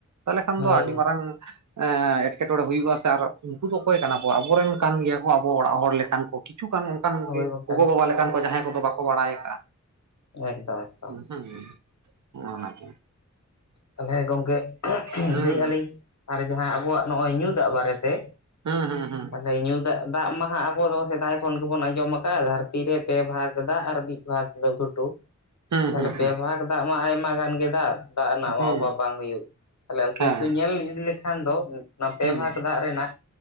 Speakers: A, on the right; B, on the left.
A: ᱛᱟᱦᱞᱮ ᱠᱷᱟᱱ
B: ᱦᱳᱭ
A: ᱫᱚ ᱟ ᱦᱩᱸ ᱾ ᱮ ᱮᱴᱠᱮᱴᱚᱬᱮ ᱦᱩᱭᱩᱜᱼᱟ ᱥᱮ ᱟᱨ ᱦᱚ, ᱩᱱᱠᱩ ᱫᱚ ᱚᱠᱚᱭ ᱠᱟᱱᱟ ᱠᱚ? ᱟᱵᱚᱨᱮᱱ ᱠᱟᱱ ᱜᱮᱭᱟ ᱠᱚ ᱟᱵᱚ ᱚᱲᱟᱜ ᱦᱚᱲ ᱞᱮᱠᱟᱱ ᱠᱚ ᱠᱤᱪᱷᱩ ᱜᱟᱱ ᱚᱱ ᱠᱟᱱ ᱠᱚᱜᱮ
B: ᱦᱳᱭ ᱵᱟᱠᱷᱟᱱ
A: ᱜᱚᱜᱚᱼᱵᱟᱵᱟ ᱞᱮᱠᱟᱱ ᱠᱚ ᱡᱟᱦᱟᱸᱭ ᱠᱚᱫᱚ ᱵᱟᱠᱚ ᱵᱟᱲᱟᱭ ᱠᱟᱜᱼᱟ᱾
B: ᱮᱠᱫᱚᱢ ᱮᱠᱫᱚᱢ ᱾
A: ᱦᱩᱸ, ᱦᱚᱜᱼᱚᱱᱟ ᱜᱮ ᱾
B: ᱛᱟᱞᱚᱦᱮ ᱜᱚᱝᱠᱮ
A: ᱦᱩᱸ
B: ᱞᱟᱹᱭᱮᱜᱼᱟ ᱞᱤᱧ ᱟᱨ ᱡᱟᱦᱟᱸ ᱟᱵᱚᱣᱟᱜ ᱱᱚᱜᱼᱚᱭ ᱧᱩ ᱫᱟᱜ ᱵᱟᱨᱮ ᱛᱮ ᱾
A: ᱦᱩᱸ ᱦᱩᱸ ᱦᱩᱸ ᱾
B: ᱨᱮ ᱧᱩ ᱫᱟᱜ ᱫᱟᱜ ᱢᱟᱦᱟᱜ ᱟᱵᱚ ᱫᱚ ᱥᱮᱫᱟᱭ ᱠᱷᱚᱱ ᱜᱮᱵᱚᱱ ᱟᱸᱡᱚᱢ ᱟᱠᱟᱜᱼᱟ ᱫᱷᱟᱹᱨᱛᱤ ᱨᱮ ᱯᱮ ᱵᱷᱟᱜᱽ ᱫᱟᱜ ᱟᱨ ᱢᱤᱫ ᱵᱷᱟᱜᱽ ᱫᱚ ᱜᱷᱩᱴᱩ ᱾
A: ᱦᱩᱸ
B: ᱛᱟᱦᱚᱞᱮ
A: ᱦᱩᱸ
B: ᱯᱮ ᱵᱷᱟᱜᱽ ᱫᱟᱜ ᱢᱟ ᱟᱭᱢᱟ ᱜᱟᱱ ᱜᱮ ᱫᱟᱜ ᱫᱟᱜ ᱨᱮᱱᱟᱜ
A: ᱦᱩᱸ
B: ᱢᱟ
A: ᱦᱩᱸ
B: ᱚᱵᱷᱟᱵ ᱵᱟᱝ ᱦᱩᱭᱩᱜ ᱛᱟᱦᱞᱮ ᱠᱤᱱᱛᱩ
A: ᱦᱮᱸ
B: ᱧᱮᱞ ᱤᱫᱤ ᱞᱮᱠᱷᱟᱱ ᱫᱚ ᱚᱱᱟ ᱯᱮ
A: ᱦᱩᱸ
B: ᱵᱷᱟᱜᱽ ᱫᱟᱜ ᱨᱮᱱᱟᱜ